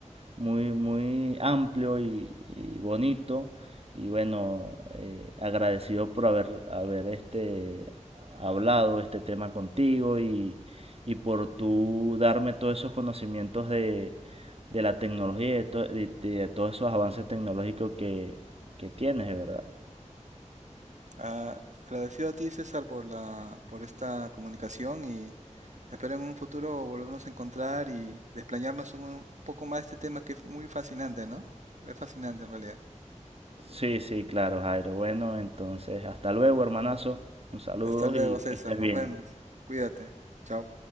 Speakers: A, on the right; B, on the right.
A: muy, muy amplio y, y bonito. Y bueno, eh, agradecido por haber, haber este, hablado este tema contigo y, y por tú darme todos esos conocimientos de, de la tecnología y de, to- de- de todos esos avances tecnológicos que, que tienes, de verdad.
B: Ah, agradecido a ti, César, por la, por esta comunicación y espero en un futuro volvernos a encontrar y desplayarnos un poco más de este tema que es muy fascinante, ¿no? Es fascinante en realidad.
A: Sí, sí, claro, Jairo. Bueno, entonces, hasta luego, hermanazo. Un saludo
B: Hasta luego,
A: y
B: César,
A: que estés
B: nos
A: bien.
B: vemos. Cuídate. Chao.